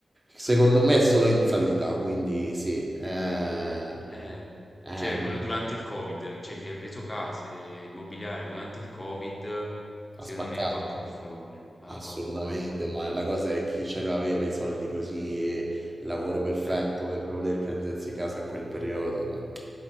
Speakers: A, on the right (about 20°); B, on the left (about 25°).
A: Secondo me è solo in salita, quindi sì. Eh,
B: Eh,
A: eh,
B: cioè quello durante il Covid, cioè chi ha preso case immobiliari durante il Covid,
A: ha
B: secondo
A: spaccato.
B: me ha fatto un affarone, ha
A: Assolutamente,
B: fatto un affarone.
A: ma la cosa è chi ce l'aveva i soldi così e il lavoro perfetto
B: Eh beh,
A: per
B: cer
A: poter prendersi casa a quel periodo. no.